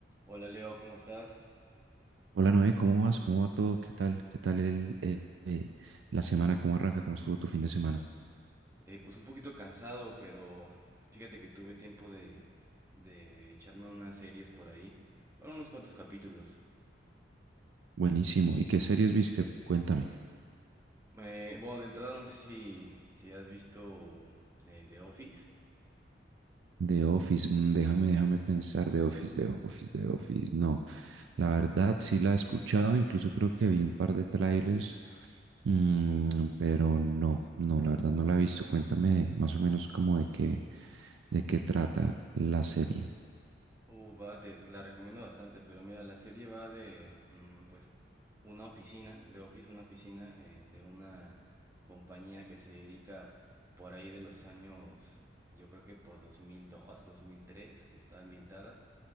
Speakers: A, on the right; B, on the right.
A: Hola Leo, ¿cómo estás?
B: Hola Noé, ¿cómo vas? ¿Cómo va todo? ¿Qué tal? ¿Qué tal el, eh, eh, la semana? ¿Cómo arranca? ¿Cómo estuvo tu fin de semana?
A: Eh, pues un poquito cansado, pero fíjate que tuve tiempo de, de echarme unas series por ahí. Bueno, unos cuantos capítulos.
B: Buenísimo. ¿Y qué series viste? Cuéntame.
A: Eh, bueno, de entrada no sé si, si has visto eh, The Office.
B: The Office, mm, déjame, déjame pensar. The Office, The Office, The Office. No, la verdad sí la he escuchado, incluso creo que vi un par de trailers, mm, pero no, no, la verdad no la he visto. Cuéntame más o menos como de qué, de qué trata la serie.
A: Uh, va, te, te la recomiendo bastante, pero mira, la serie va de mm, pues una oficina, de Office, una oficina eh, de una compañía que se dedica por ahí de los años, yo creo que por 2002, 2003, está ambientada.